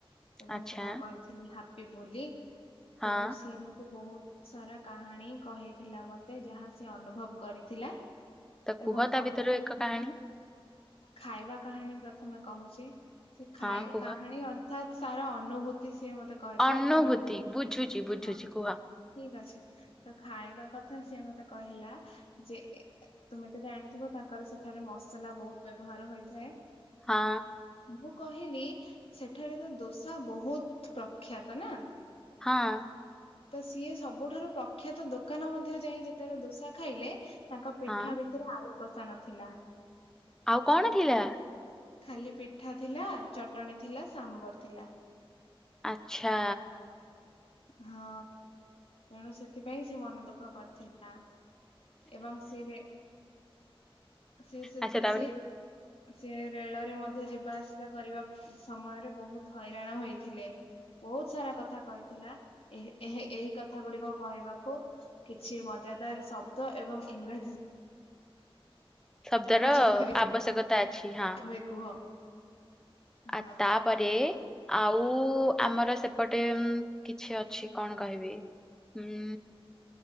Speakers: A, on the left; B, in the centre.
A: ଏବଂ
B: ଆଚ୍ଛା
A: ତୁମକୁ କହିଥିଲି ହାପି ବୋଲି।
B: ହଁ
A: ତେଣୁ ସିଏ ମତେ ବହୁତ୍ ସରା କାହାଣୀ କହିଥିଲା ମତେ ଯାହା ସେ ଅନୁଭବ କରିଥିଲା।
B: ତ କୁହ
A: ଏବଂ
B: ତା
A: କହିଥିଲା
B: ଭିତରୁ ଏକ କାହାଣୀ
A: ଖାଇବା କାହାଣୀ ପ୍ରଥମେ କହୁଚି। ସେ ଖାଇବା
B: ହଁ କୁହ।
A: କାହାଣୀ ଅ ସାରା ଅନୁଭୂତି ସିଏ ମତେ
B: ଅନୁଭୂତି।
A: ତ ମୁଁ ତମ
B: ବୁଝୁଚି ବୁଝୁଚି
A: ହଁ
B: କୁହ।
A: ଠିକ ଅଛି। ତ ଖାଇବା କଥା ସିଏ ମତେ କହିଲା ଯେ ତୁମେ ତ ଜାଣିଥିବ ତାଙ୍କର ସେଠାରେ ମସଲା ବହୁତ ବ୍ୟବହାର ହୋଇଥାଏ।
B: ହଁ।
A: ମୁଁ କହିଲି ସେଠାରେ ତ ଦୋସା ବହୁତ ପ୍ରଖ୍ୟାତ ନା।
B: ହଁ।
A: ତ ସିଏ ସବୁଠାରୁ ପ୍ରଖ୍ୟାତ ଦୋକାନ ମଧ୍ୟ ଯାଇ ଯେତେବେଳେ ଦୋସା ଖାଇଲେ ତାଙ୍କ ପିଠା
B: ହଁ।
A: ଭିତରେ ଆଳୁ କଷା ନଥିଲା।
B: ଆଉ କଣ ଥିଲା?
A: ଖାଲି ପିଠା ଥିଲା। ଚଟଣି ଥିଲା, ସାମ୍ବର ଥିଲା।
B: ଆଚ୍ଛା।
A: ହଁ ତେଣୁ ସେଥିପାଇଁ ସେ ମନ ଦୁଃଖ କରିଥିଲା। ଏବଂ ସେରେ ସେ ସେ
B: ଆଚ୍ଛା ତାପରେ
A: ସେ ସିଏ ରେଳରେ ମଧ୍ୟ ଯିବା ଆସିବା କରିବା ସମୟରେ ବହୁତ ହଇରାଣ ହୋଇଥିଲେ। ବହୁତ ସାରା କଥା କହିଥିଲା ଏହେ ଏହେ ଏହି କଥା ଗୁଡିକ କହିବାକୁ। କିଛି ମଜାଦାର ଶବ୍ଦ ଏବଂ ଇଂରାଜୀ
B: ଶବ୍ଦର
A: ଚୋଖରୀ
B: ଆବଶ୍ୟକତା ଅଛି ହଁ।
A: ତମେ କୁହ। ହଁ
B: ଆ ତାପରେ ଆଉ ଆମର ସେପଟେ ଉଁ କିଛି ଅଛି କଣ କହିବି ହୁଁ